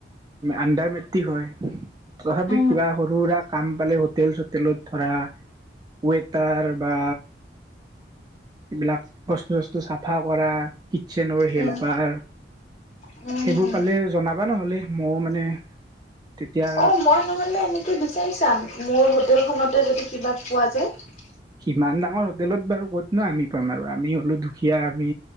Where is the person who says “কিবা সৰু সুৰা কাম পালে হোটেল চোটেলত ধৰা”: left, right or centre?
Right